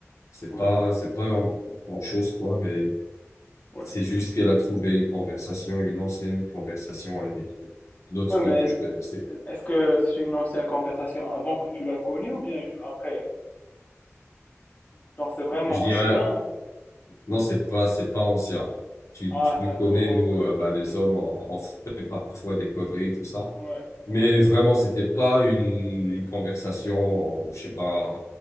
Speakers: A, on the left; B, on the left.
A: C'est
B: Ouais,
A: pas, c'est pas grand, chose, quoi, mais
B: ouais.
A: c'est juste qu'elle a trouvé une conversation, une ancienne conversation avec une autre
B: Ouais,
A: fille
B: mais
A: que je connaissais.
B: est-ce que c'est une ancienne conversation avant que tu la connais ou bien ju- après? Genre, c'est vraiment
A: Je dirais,
B: ancien?
A: Non, c'est pas, c'est pas ancien. Tu,
B: Ah,
A: tu
B: d'accord,
A: nous connais,
B: donc...
A: nous,
B: euh,
A: euh, bah, les
B: ouais,
A: hommes, on, on fait parfois des conneries, tout ça.
B: ouais,
A: Mais
B: ouais.
A: vraiment, c'était pas une, une conversation, euh, je sais pas,